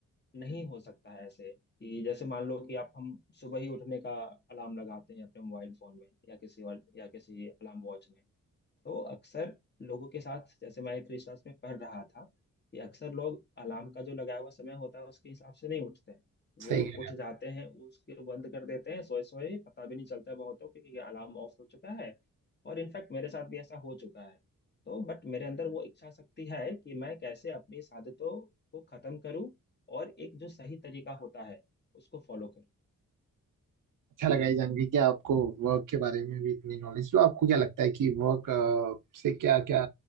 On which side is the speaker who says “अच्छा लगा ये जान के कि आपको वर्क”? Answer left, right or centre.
Right